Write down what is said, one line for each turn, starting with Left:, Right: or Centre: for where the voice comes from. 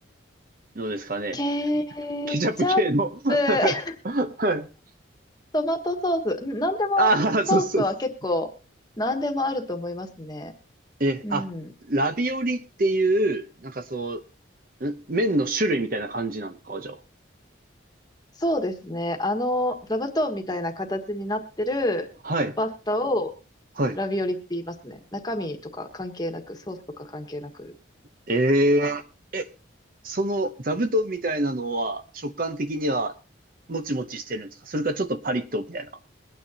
Right: のですかね。
Left: ケ
Right: ケチャップ系の。
Left: チャップ、
Right: <laughs>
Left: <laughs>
Right: はい。
Left: トマトソース、うんなんでも、
Right: ああ、そうそうそう。
Left: ソースは結構、なんでもあると思いますね。
Right: え、
Left: うん。
Right: あ、ラビオリっていう、なんかそう、ん麺の種類みたいな感じなんですか、じゃあ。
Left: そうですね。あの、座布団みたいな形になってるパスタを、
Right: はい、はい。
Left: ラビオリって言いますね。中身とか関係なく、ソースとか関係なく。
Right: えええ、その座布団みたいなのは、食感的には、もちもちしてるんですかそれかちょっとパリッとみたいな。